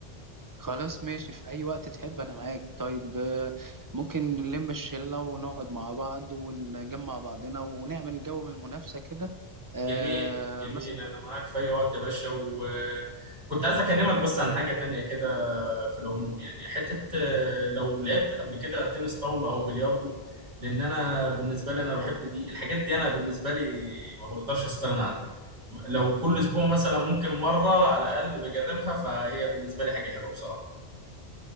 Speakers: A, on the right; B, on the right.
A: خلاص ماشي في أي وقت تحب أنا معاك طيب آه، ممكن نلم الشلة ونقعد مع بعض ونجمع بعضنا ونعمل جو من المنافسة كده آه
B: جميل جميل
A: مثلا
B: انا معاك في اي وقت يا باشا وكنت عايز اكلمك بس عن حاجه تانية كده في العموم يعني حته آه، لو لعبت قبل كده تنس طاوله او بلياردو لان انا بالنسبه لي انا بحب دي الحاجات دي انا بالنسبه لي ما بقدرش استغنى عنها لو كل اسبوع مثلا
A: طبعا
B: ممكن مره على الاقل بجربها فهي بالنسبه لي حاجه حلوه بصراحه